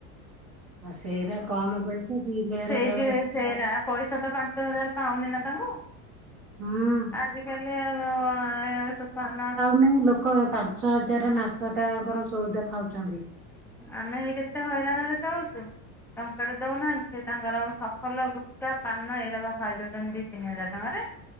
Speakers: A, on the right; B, in the centre.
A: ଆଁ ସେଇରା କମ୍ ପଇସା ପିଇଲେ ହେରା
B: ସେଇଠି
A: କାଳେ
B: ସେରା ପଇସା ତ ପାଞ୍ଚ ହଜାର୍ ପାଉନି ନା ତାଙ୍କୁ।
A: ହଁ
B: ଆଜି କାଲି ଆଉ <unintelligible>
A: ନାଇଁ ଲୋକ୍ କ ପାଞ୍ଚ ହଜାର୍ ରେ ମାସ ଟାଙ୍କର ସଉଦା ଖାଉଚନ୍ତି।
B: ଆମେ ବି କେତେ ହଇରାଣରେ ଚଳୁଚୁ। ଟଙ୍କା ଟେ ଦଉନାହାନ୍ତି ସେ ତାଙ୍କର ସଫଲ, ଗୁଟ୍ଖା, ପାନ ଏଇରା ବା ଖାଇ ଦଉଚନ୍ତି ଦି ତିନି ହଜାର ଟଙ୍କାରେ।